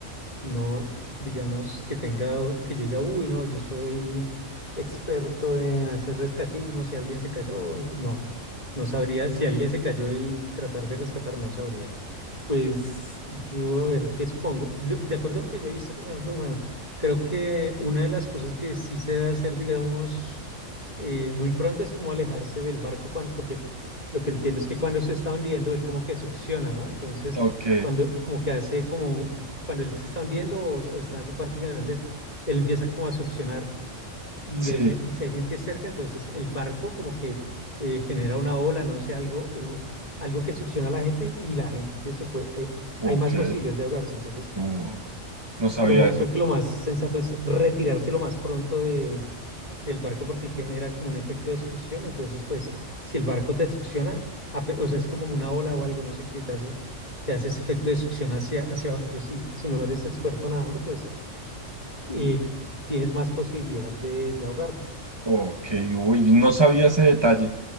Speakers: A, on the left; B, on the right.
A: No, digamos que tenga, que yo diga, uy, no, yo soy experto en hacer rescatismo, si alguien se cayó, ent- no, no sabría, si alguien se cayó y tratar de rescatar, no sabría. Pues yo, a ver, ¿qué supongo? Lo- De acuerdo a lo que yo he visto, por ejemplo, bueno, creo que una de las cosas que sí se debe hacer, digamos, eh, muy pronto es como alejarse del barco, cuando, porque lo que entiendo es que cuando se está hundiendo, él como que succiona, ¿no? Entonces,
B: Ok,
A: cuando como que hace como cuando él se está hundiendo o, o está en su parte final, des- él empieza como a succionar y,
B: sí.
A: hay gen- y si hay gente cerca, entonces el barco como que eh, genera una ola, no sé, algo, o algo que succiona a la gente y la gente se puede, hay,
B: Ok,
A: hay más posibilidades de ahogarse. Entonces,
B: oh, no sabía
A: lo,
B: eso.
A: creo que lo más sensato es retirarse lo más pronto de, del barco porque el que genera como un efecto de succión, entonces pues si el barco te succiona, ape- o sea, es como una ola o algo, no sé qué te hace te hace ese efecto de succión hacia, hacia abajo. Entonces, si, si no eres experto nadando, pues y tienes más posibilidad de, de ahogarte.
B: Ok, uy, no sabía ese detalle.